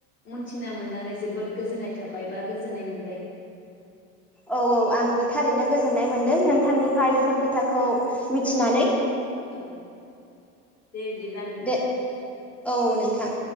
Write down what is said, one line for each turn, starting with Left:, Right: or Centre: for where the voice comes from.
Left: मिथिना मोननानै जोबोद गोजोननाय थाबाय बा गोजोननाय मोनबाय।
Centre: औ औ आंबो थारैनो गोजोननाय मोन दों नोंथांनिफ्राय बेफोर खोथाखौ मिथिनानै।
Left: औ। दे बिदिब्ला नोंथां
Centre: दे औ औ नोंथां।